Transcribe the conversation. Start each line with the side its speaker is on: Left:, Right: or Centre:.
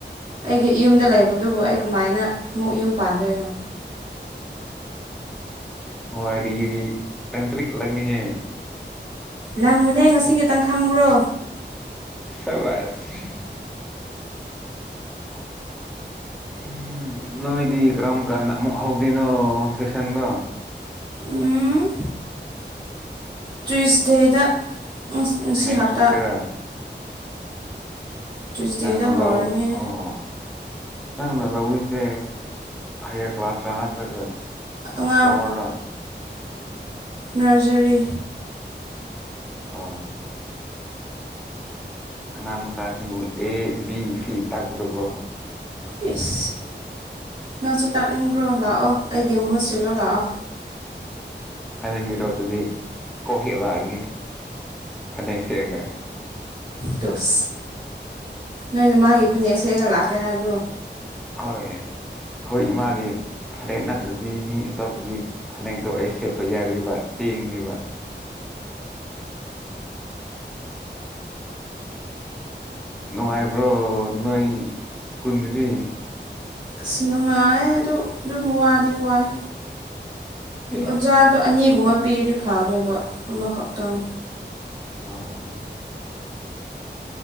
Right: ꯑꯩꯒꯤ ꯌꯨꯝꯗ ꯂꯩꯕꯗꯨꯕꯨ ꯑꯩ ꯀꯃꯥꯏꯅ ꯑꯃꯨꯛ ꯌꯨꯝ ꯄꯥꯟꯗꯣꯏꯅꯣ
Centre: ꯋꯥꯔꯤꯗꯤ ꯇꯪ ꯇꯔꯤꯛ ꯂꯪꯍꯦ
Right: ꯂꯪꯕꯅꯦ ꯉꯁꯤ ꯈꯤꯇꯪ ꯈꯪꯕ꯭ꯔꯣ
Centre: ꯁꯁ ꯎꯝ ꯅꯣꯏꯗꯤ ꯏ ꯀ꯭ꯔꯝ ꯀꯥꯟ ꯍꯗꯅꯣ ꯁꯦꯁꯟꯗ
Right: ꯎꯝ ꯇ꯭ꯋꯤꯁꯗꯦꯗ ꯉꯁꯤ
Centre: ꯅꯦꯛꯁ
Right: ꯍꯞꯇꯥ
Centre: ꯋꯤꯛꯇꯔꯥ
Right: ꯇ꯭ꯌꯨꯁꯗꯦꯗ
Centre: ꯅꯪꯅ
Right: ꯍꯧꯔꯅꯤ
Centre: ꯂꯧ ꯑꯣ ꯅꯪꯅ ꯂꯧꯏꯁꯦ ꯍꯥꯏꯌꯥꯔ ꯀ꯭ꯂꯥꯁꯔ ꯅꯠꯇ꯭ꯔꯒ
Right: ꯑꯉꯥꯡ
Centre: ꯂꯋꯔꯒ
Right: ꯔꯖꯔꯤ
Centre: ꯑꯣ ꯑꯉꯥꯡ ꯃꯆꯥꯁꯤꯡꯕꯨ ꯑꯦ ꯕꯤ ꯁꯤ ꯇꯥꯛꯄꯗꯀꯣ
Right: ꯑꯦꯁ ꯅꯪꯁꯨ ꯇꯥꯛꯅꯤꯡꯕ꯭ꯔꯣ ꯂꯥꯛꯑꯣ ꯑꯩꯒꯤ ꯃꯍꯨꯠ ꯁꯤꯜꯂꯣ ꯂꯥꯛꯑꯣ
Centre: ꯍꯥꯏꯅꯤꯡꯕꯤꯔꯣ ꯑꯗꯨꯗꯤ ꯀꯧ ꯍꯦꯛꯂꯛꯑꯒꯦ ꯐꯅꯦꯛ ꯁꯦꯑꯒ
Right: ꯇꯣꯁ ꯅꯣꯏꯅ ꯃꯥꯒꯤ ꯐꯅꯦꯛ ꯁꯦꯑꯒ ꯂꯥꯛꯀꯦ ꯍꯥꯏꯕ꯭ꯔꯣ
Centre: ꯍꯣꯏ ꯑꯩꯈꯣꯏ ꯏꯃꯥꯒꯤ ꯐꯅꯦꯛ ꯅꯠꯇ꯭ꯔꯗꯤ ꯃꯤ ꯑꯇꯣꯞꯄꯒꯤ ꯐꯅꯦꯛꯇꯣ ꯑꯩ ꯁꯦꯠꯄ ꯌꯥꯔꯤꯕ ꯇꯦꯡꯅꯦꯕ ꯅꯨꯡꯉꯥꯏꯕ꯭ꯔꯣ ꯅꯣꯏ ꯁ꯭ꯀꯨꯜꯗꯨꯗꯤ
Right: ꯑꯁ ꯅꯨꯡꯉꯥꯏ ꯑꯗꯨ ꯑꯗꯨꯝ ꯋꯥꯗꯤ ꯋꯥꯏ
Centre: ꯑꯦ
Right: ꯑꯣꯖꯥꯗꯣ ꯑꯅꯤꯒꯨꯝꯕ ꯄꯤꯔꯗꯤ ꯐꯗꯣꯏꯕ ꯑꯃꯈꯛꯇꯪ
Centre: ꯑꯣ ꯑ